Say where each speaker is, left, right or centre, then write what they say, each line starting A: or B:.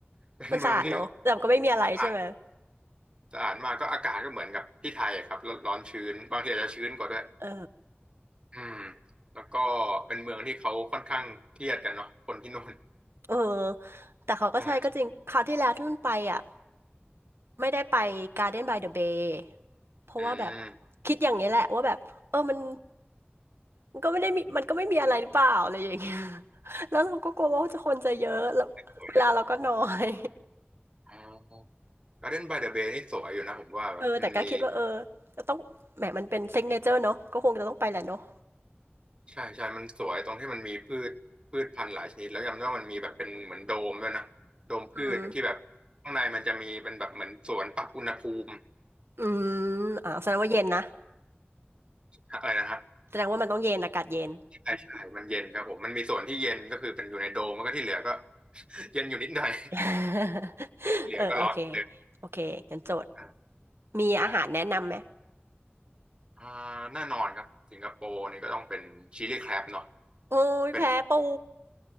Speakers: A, on the right (about 25°); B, on the right (about 80°).
A: <laughs> เป็นเมืองที่
B: มันสะอาดเนอะแต่ก็ไม่มีอะไรใช่ไหม
A: <laughs> สะอาดสะอาดมากก็อากาศก็เหมือนกับที่ไทยอะครับร้อนร้อนชื้นบางทีอาจจะชื้นกว่าด้วย
B: เออ
A: อืมแล้วก็เป็นเมืองที่เขาค่อนข้างเครียดกันเนาะคนที่นู่น
B: เออแต่เขาก็ใช่ก็จริงคราวที่แล้วที่มันไปอ่ะ
A: ใช่
B: ไม่ได้ไป Garden by the Bay เพราะว่าแบบ
A: อืม
B: คิดอย่างนี้ยแหละว่าแบบเออมันมันก็ไม่ได้มีมันก็ไม่มีอะไรหรือเปล่าอะไรอย่างเงี้ย แล้วเราก็กลัวว่าจะคนจะเยอะแล้วเวลาเราก็น้อย
A: นอ๋อการ์เดนบายเดอะเบย์นี่สวยอยู่นะผมว่าแบบมันมี
B: <laughs> เออแต่ก็คิดว่าเออจะต้องแหมมันเป็นซิกเนเจอร์เนาะก็คงจะต้องไปแหละเนาะ
A: ใช่ใช่มันสวยตรงที่มันมีพืชพืชพันธุ์หลายชนิดแล้วจำได้ว่ามันมีแบบเป็นเหมือนโดมด้วยนะโดมพืชที่แบบข้างในมันจะมีเป็นแบบเหมือนสวนปรับอุณหภูมิ
B: อืมอืมอ่าแสดงว่าเย็นนะ
A: อะไรนะฮะ
B: แสดงว่ามันต้องเย็นอากาศเย็น
A: ใช่ใช่มันเย็นครับผมมันมีส่วนที่เย็นก็คือเป็นอยู่ในโดมแล้วก็ที่เหลือก็ <laughs> เย็นอยู่นิดหน่อย
B: <laughs>
A: <laughs> เหลือก็ร้อนเลย
B: เออโอเคโอเคงั้นโจทย์
A: อ
B: มีอาหารแนะนำไหม
A: ่าอ่าแน่นอนครับสิงคโปร์นี่ก็ต้องเป็นชิลลี่แครบเนาะ
B: โอ้ยแพ้ปู
A: เป็น